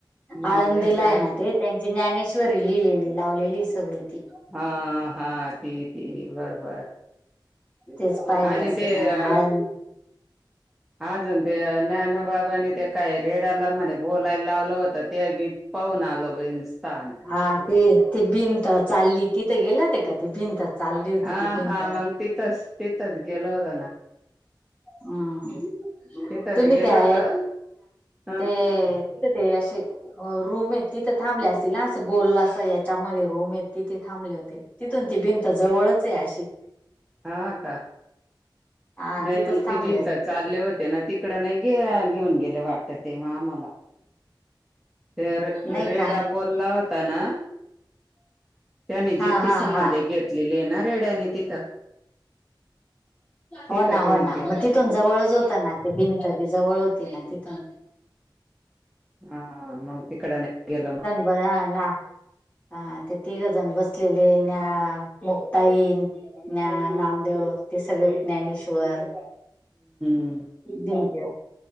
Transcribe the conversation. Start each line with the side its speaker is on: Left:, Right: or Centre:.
Centre: म्हणे
Left: आळंदीला
Centre: याच
Left: हाय ना ते त्यां जी ज्ञानेश्वरी लिहिलेली लावलेली सगळी. ती
Centre: हा हा ती ती बरबर.
Left: तेच पाहिलं
Centre: आणि
Left: असेल
Centre: ते
Left: हा
Centre: अ
Left: आळंद
Centre: अजून ते ज्ञान बाबानी ते काय रेड्याला म्हणे बोलायला लावलं होतं, ते बी पाहून आलो वहिनी स्थान.
Left: हा ते, ती भिंत चालली तिथं गेले होते का ते भिंत? चालली होती
Centre: आं
Left: ती भिंत
Centre: हा मग तिथंच तिथंच गेलो होता ना.
Left: हम्म,
Centre: तिथं
Left: तुम्ही
Centre: बी गेलो
Left: त्या
Centre: होतो
Left: या
Centre: ह
Left: <inaudible> ते ती ते अशे रूम आहेत तिथं थांबल्या असतील ना, असं गोलला अस याच्यामध्ये रूम आहेत तिथे थांबले होते. तिथून ती भिंत जवळच आहे अशी.
Centre: हां का,
Left: हा
Centre: नाही
Left: तिथंच
Centre: मग
Left: थांबले
Centre: ते विणतात.
Left: असतील
Centre: चालले होते ना तिकडं नाही गे घेऊन गेले वाटतं ते मग आम्हाला. ते रे
Left: नाही
Centre: रेडा
Left: का
Centre: बोलला होता ना त्यांनी
Left: हा
Centre: जित्ती
Left: हा
Centre: समाधी
Left: हा
Centre: घेतलेली हाय ना रेड्यानी तिथं. तिथं
Left: हो ना
Centre: घेऊन
Left: हो ना
Centre: गेलं
Left: म तिथून
Centre: तर
Left: जवळच होतं ना ते भिंत बी जवळ होती ना तिथून.
Centre: आं हा मग तिकडं नाही, गेलो मग.
Left: बयाला. हा ते तिघंजण बसलेले, ज्ञा, मुक्ताईन, ज्ञान नामदेव, ते सगळे ज्ञानेश्वर.
Centre: हं.
Left: दिंत्य,